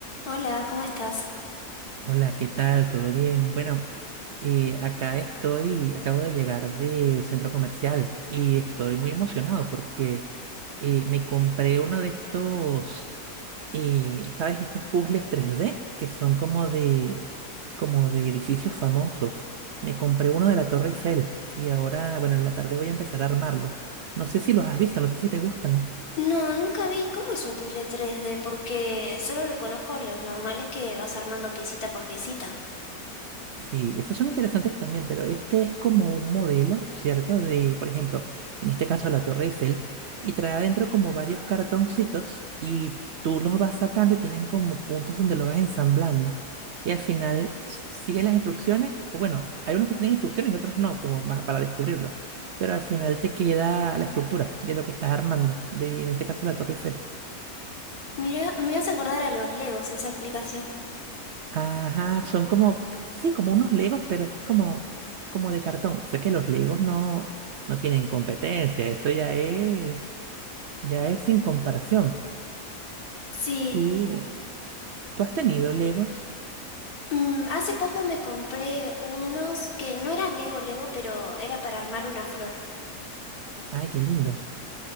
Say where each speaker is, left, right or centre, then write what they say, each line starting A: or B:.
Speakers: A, on the left; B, on the right.
A: Hola, ¿cómo estás?
B: Hola, ¿qué tal? ¿Todo bien? Bueno, eh, acá estoy, acabo de llegar del centro comercial y estoy muy emocionado porque eh, me compré uno de estos, eh, ¿sabes? Estos puzzles tres d que son como de, como de edificios famosos. Me compré uno de la Torre Eiffel y ahora, bueno, en la tarde voy a empezar a armarlo. No sé si los has visto, no sé si te gustan.
A: No, nunca vi cómo es un puzzle 3D porque solo lo conozco los normales que vas armando piecita por piecita.
B: Sí, esos son interesantes también, pero este es como un modelo, ¿cierto? De, por ejemplo, en este caso la Torre Eiffel, y trae adentro como varios cartoncitos y tú los vas sacando y tienen como puntos donde lo vas ensamblando. Y al final s- sigue las instrucciones, o bueno, hay unos que tienen instrucciones y otros no, como ma- para descubrirlo. Pero al final te queda la estructura de lo que estás armando, de en este caso la Torre Eiffel.
A: Mira, me hace acordar a los Legos esa explicación.
B: Ajá, son como, sí, como unos Legos, pero esto es como, como de cartón. Sé que los Legos no, no tienen competencia, eso ya es, ya es sin comparación.
A: Sí,
B: Tú, tú has tenido Legos.
A: mm, hace poco me compré unos que no eran Lego Lego, pero era para armar una flor
B: Ay, qué lindo.